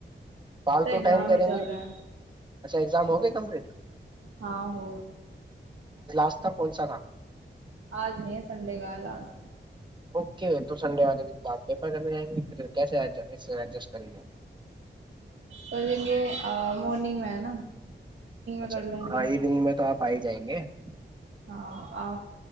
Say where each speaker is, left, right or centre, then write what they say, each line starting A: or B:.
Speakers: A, on the right (about 25°); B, on the right (about 85°).
A: فالتو
B: تو ایگزام
A: ٹائم دے
B: ہی
A: دیں
B: چل
A: گے
B: رہے ہیں
A: اچھا ایگزام ہوگ کمپلیٹ
B: ہاں ہو
A: رستہ کونسا تھاا
B: آج نہیں سنڈے کایا لاس <unintelligible>
A: اوکے تو سنڈے والے دن تو آپ پیپر کرنے جائیں گے پھر کیسے ایڈجسٹ کریں گے <unintelligible>
B: کریں گے مورننگ میں ہے نا <unintelligible>
A: اچھا
B: کر لوں گی
A: ہاں یہ دن میں تو آپ <unintelligible> پائے جائیں گے <inaudible>
B: ہاں آ